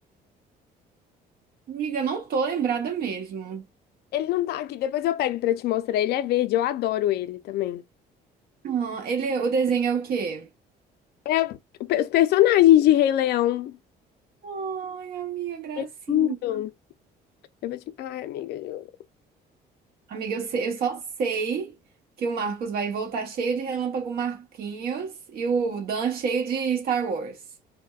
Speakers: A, on the right; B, on the left.
A: Amiga, eu não tô lembrada mesmo.
B: Ele não tá aqui, depois eu pego pra te mostrar. Ele é verde, eu adoro ele também.
A: Ah, ele, é- o desenho é o quê?
B: É o- os personagens de Rei Leão.
A: Ai, amiga, gracinha.
B: É lindo. Eu vou te... Ai, amiga, juro.
A: Amiga, eu, sei- eu só sei que o Marcos vai voltar cheio de Relâmpago Marquinhos e o Dan cheio de Star Wars.